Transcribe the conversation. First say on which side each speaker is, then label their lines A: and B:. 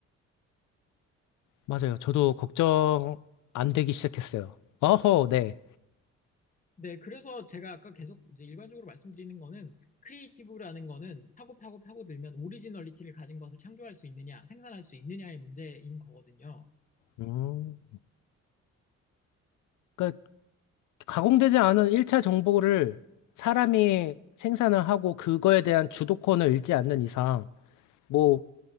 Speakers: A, on the left (about 75°); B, on the left (about 25°).
A: 맞아요. 저도 걱정 안 되기 시작했어요. 어허, 네.
B: 네, 그래서 제가 아까 계속 이제 일반적으로 말씀드리는 거는 크리에이티브라는 거는 파고 파고 파고들면 오리지널리티를 가진 것을 창조할 수 있느냐, 생산할 수 있느냐의 문제인 거거든요.
A: 음, 그러니까 가공되지 않은 1차 정보를 사람이 생산을 하고 그거에 대한 주도권을 잃지 않는 이상, 뭐